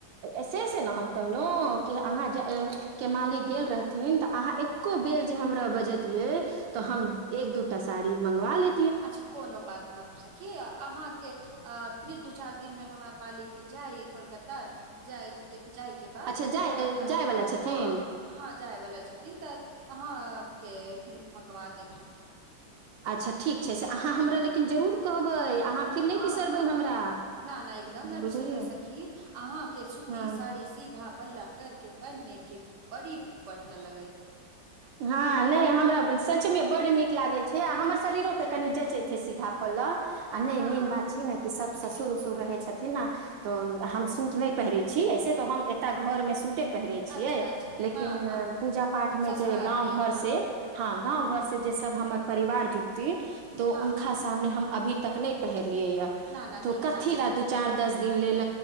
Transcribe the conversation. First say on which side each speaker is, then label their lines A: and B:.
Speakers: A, on the right; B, on the right.
A: से से न हम कहलौ कि अहाँक मालिक गेल रहथिन तऽ अहाँ एको बेर जे हमरा बजेतियै तऽ हम एक दू ता साड़ी मंगवा ले
B: अच्छा कोनो बात ना सखि अहाँके अ फिर दू चार दिन में हमार मालिक जाइ कोलकाता जाइ के जाइके बा
A: अच्छा
B: कोलकत्ता
A: जाय
B: तऽ
A: जायवला छथिन
B: हँ ह जाय वला छथिन तऽ हाँ के दिल मंगवा देब हम
A: अच्छा से
B: ठीक
A: अहाँ
B: छै
A: हमरा
B: ने
A: लेकिन जरूर कहबै अहाँ फिर
B: हँ
A: नहि बिसरबै
B: हँ
A: हमरा
B: ना ना एकदम ने
A: बुझलियै
B: बिसरबै सखी अहाँके सूती
A: हँ
B: साड़ी सीधा पल्ला कर के पहिने के बड़ी बढ़ियां लगै
A: हँ नहि हमरा सचमे बड्ड नीक लागैत छै आ हमर शरीरोपर कनि जँचैत छै सीधा पल्लव आ नहि
B: हँ
A: मेन बात छै ने कि सब ससुर उसुर रहै छथिन ने तऽ हम सूट नहि पहिरै छी ऐसे तऽ हम एतय घरमे सूटे पहिरै छियै
B: अच्छा अच्छा
A: लेकिन
B: हँ हँ
A: पुजा पाठ
B: ससुरार
A: मे जे गाँंव
B: मे
A: घर
B: हँ
A: से हँ गाँंव घर से जे सब हमर परिवार जुट ती उनका
B: हँ हँ
A: सामने हम अभी तक नहि पहेर लियै य
B: न न
A: तो
B: नीक
A: कथी
B: न लगै
A: ल दू चार दस दिन लेल